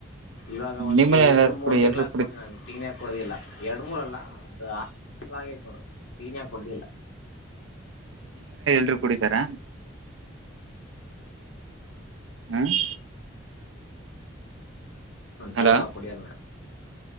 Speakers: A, on the left; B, on the right.
A: ಇವಾಗ ಒಂದ್
B: ನಿಮ್ಮನೆ ಎಲ್ಲ
A: ಎರಡು ಮೂರು
B: ಕುಡಿ
A: ತಿಂಗಳ
B: ಎಲ್ರು
A: ಆಯ್ತು
B: ಕುಡಿ
A: ನೋಡಿ ನಾನು ಟೀನೆ ಕುಡಿದಿಲ್ಲ. ಎರಡು ಮೂರಲ್ಲ ಒಂದು ಆರು ತಿಂಗಳಾಯ್ತು, ನೋಡು ನಾನು ಟೀನೇ ಕುಡಿದಿಲ್ಲ.
B: <inaudible> ಕುಡಿತರ? ಹ್ಹಾ ಹ್
A: ಒಂದ್ ಸ್ವಲ್ಪ
B: ಅಲೋ
A: ಕುಡಿಯಲ್ಲ ನಾ.